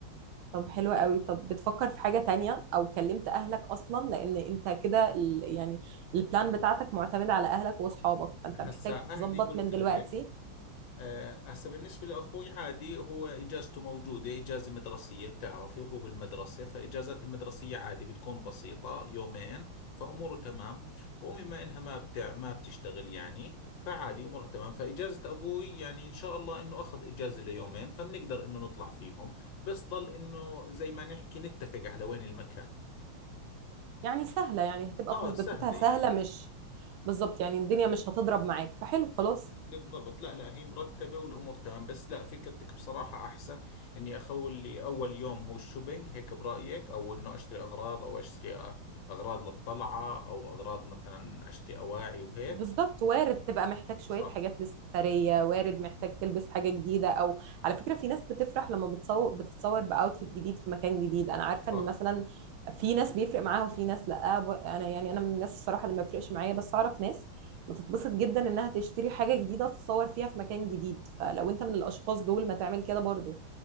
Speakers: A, on the right; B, on the left.
A: طب حلوة قوي طب بتفكر في حاجة تانية او كلمت اهلك اصلا لان انت كده ال- يعني البلان بتاعتك معتمدة على اهلك واصحابك فانت محتاج
B: هسا اهلي
A: تظبط
B: قلت
A: من دلوقتي
B: لك آه، هسه بالنسبة لأخوي عادي هو إجازته موجودة إجازة مدرسية بتعرفي وهو بالمدرسة فإجازات المدرسية عادي بتكون بسيطة يومين فأموره تمام وبما إنها ما بتع... ما بتشتغل يعني فعادي أمورها تمام فإجازة أبوي يعني إن شاء الله إنه أخذ إجازة ليومين فبنقدر إنه نطلع فيهم بس ضل إنه زي ما نحكي نتفق على وين المكان
A: يعني سهلة يعني هتبقى
B: آه
A: تظبطتها
B: سهلة
A: سهلة
B: يعني
A: مش بالظبط يعني الدنيا مش هتضرب معاك فحلو خلاص
B: بالضبط لا لا هي مرتبة والأمور تمام بس لا فكرتك بصراحة أحسن إني أخول لي أول يوم هو الشوبينج هيك برأيك أو إنه أشتري أغراض أو أشتري أ- أغراض للطلعة أو أغراض مثلا أشتري أواعي وهيك
A: بالظبط وارد تبقى محتاج شوية
B: صح
A: حاجات للسفرية وارد محتاج تلبس حاجة جديدة أو على فكرة في ناس بتفرح لما بتصور بتتصور بأوتفيت جديد في مكان جديد أنا عارفة
B: صح
A: إن مثلا في ناس بيفرق معاها وفي ناس لأ ب- أنا يعني أنا من الناس الصراحة اللي ما بيفرقش معايا بس أعرف ناس بتتبسط جدا إنها تشتري حاجة جديدة تتصور فيها في مكان جديد فلو أنت من الأشخاص دول ما تعمل كده برضو